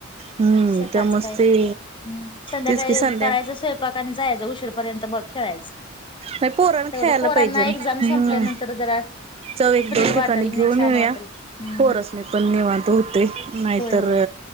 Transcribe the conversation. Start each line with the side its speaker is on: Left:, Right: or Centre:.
Right: हम्म
Left: सकाळचं
Right: त्यामुळेच
Left: काय
Right: ते
Left: हम्म, संध्याकाळी
Right: तेच की संध्या
Left: करायचं स्वयंपाक आणि जायाचं उशीरपर्यंत बघ खेळायचं.
Right: नाय पोराणा
Left: तेवढं
Right: खेळायला
Left: पोरांना
Right: पायजेन
Left: एक्झाम
Right: हम्म.
Left: संपल्यानंतर जरा
Right: चव एक
Left: फ्री
Right: दोन
Left: वाटेल
Right: ठिकाणी
Left: आणि
Right: घेऊन
Left: छान
Right: येऊया
Left: वाटेल. हम्म
Right: पोरस पण निवांत होतोय, नाहीतर
Left: होय होय